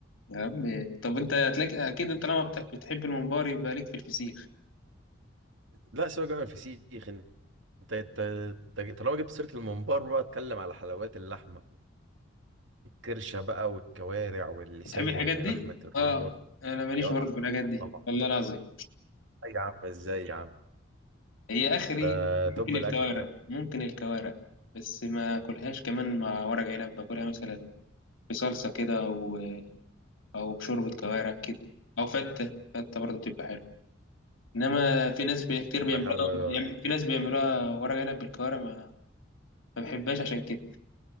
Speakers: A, on the left (about 85°); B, on the right (about 75°).
A: يا عم طب انت هتلاقي اكيد انت لما بت- بتحب الممبار يبقى ليك في الفسيخ
B: لا سواء جامد الفسيخ انت انت انت طالما جبت سيره الممبار بقى اتكلم على حلويات اللحمه الكرشه بقى والكوارع واللسان
A: بتحب الحاجات
B: ولحمه
A: دي
B: الراس
A: اه انا ماليش
B: يا طبعا
A: برضه في الحاجات دي
B: طبعا
A: والله العظيم
B: أي يا عم ازاي يا عم
A: هي اخري
B: ده
A: ممكن
B: توب الاكل
A: الكوارع
B: الكلام
A: ممكن الكوارع بس ما اكلهاش كمان مع ورق عنب باكلها مثلا بصلصه كده و- او بشوربه كوارع كده او فته فته برضه بتبقى حلوه انما في ناس بي- كتير
B: تبقى
A: بيعملوها
B: حلوه يا
A: يعني
B: ال-
A: في ناس بيعملوها ورق عنب بالكوارع ما, ما بحبهاش عشان كده